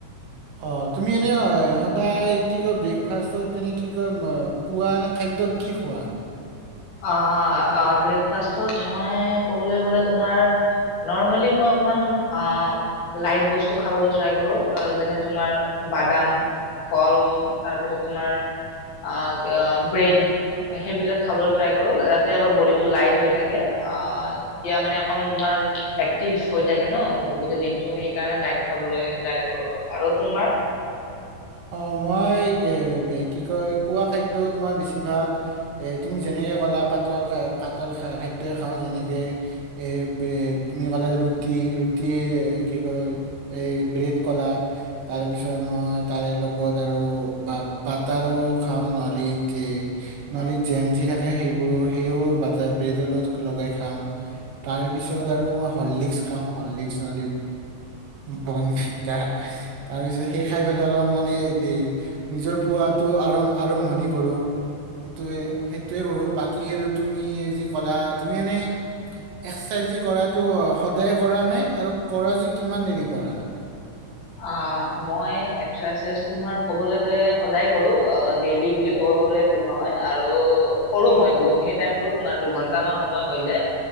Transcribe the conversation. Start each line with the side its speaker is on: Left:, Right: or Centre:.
Right: অহ, তুমি, অই, এনে সদায় কি কয় ব্ৰেকফাষ্টত তেনে কি কয়, ম, পোৱাৰ খাদ্যত কি খোৱা?
Left: আ, আ ব্ৰেকফাষ্টত মই কবলৈ গলে তোমাৰ, নৰ্মেলি মই অকমান আ লাইট বস্তু খাবলৈ ট্ৰাই কৰো, যেনে তোমাৰ বাদাম, কল, তাৰপিছত তোমাৰ আ ব্ৰেড সেইবিলাক খাবলৈ ট্ৰাই কৰো। ত অলপ বডিটো লাইত হৈ থাকে। আহ তেতিয়া মানে অকন তোমাৰ একটিভ হৈ থাকে ন গোটেই দিনটো, সেইকাৰনে লাইট খাবলৈ টাই কৰো। আৰু তোমাৰ?
Right: অহ, মই কি কয় পোৱা খাদ্যত মই বেছিভাগ এ তুমি যেনেকে ক'লা পাতল পাতল খাদ্যই খাওঁ যেনেকে এ, বে, তুমি ক'লা ৰুটি-ৰুটি কি কয় এই ব্ৰেড ক'লা, তাৰ পিছত মই তাৰে লগত আৰু বা-বাটাৰো খাওঁ, নহলি, যে, নহলি জেম যি থাকে সেইবোৰ সেইও বাটাৰ ব্ৰেডৰ লগ লগাই খাওঁ। তাৰে পিছত আৰু মই হললিক্স খাওঁ, হলিক্স ন বৰ্ণভিতা তাৰ পিছত খাই পেলাই অলপ মানে দে, নিজৰ পোৱাতো আৰম্ভণি কৰোঁ, সেইটোৱে সেইটোৱে কৰোঁ। বাকী আৰু তুমি যি ক'লা তুমি এনে এক্সাৰচাইজ যি কৰাটো সদায় কৰা নে আৰু কৰা য কিমান দেৰি কৰা?
Left: আ মই এক্সাৰচাইজ তোমাৰ কবলৈ গলে সদায় কৰো, অ ডেইলি বুলি ক'বলৈ গলে ভূল নহয়। আৰু কৰো মই বহুতখিনি টাইম কৰো তোমাৰ দুঘন্টা মান সময় হৈ যায়।